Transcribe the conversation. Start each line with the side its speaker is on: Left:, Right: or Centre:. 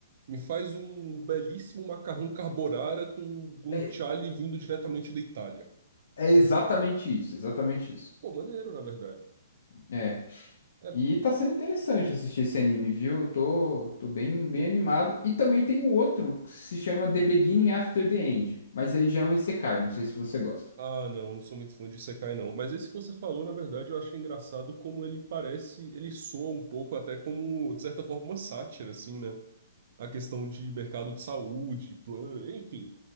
Right: Me faz um belíssimo macarrão carbonara com guanciale
Left: É,
Right: vindo diretamente da Itália.
Left: é exatamente isso, exatamente isso.
Right: Pô, maneiro, na verdade.
Left: É.
Right: É...
Left: E tá sendo interessante assistir esse anime, viu? Eu tô, tô bem, bem animado. E também tem um outro que se chama The Beginning After the End, mas aí já é um isekai, não sei se você gosta.
Right: Ah, não, não sou muito fã de Isekai, não. Mas esse que você falou, na verdade, eu achei engraçado como ele parece, ele soa um pouco até como, de certa forma, uma sátira, assim, né? A questão de mercado de saúde, plano, enfim.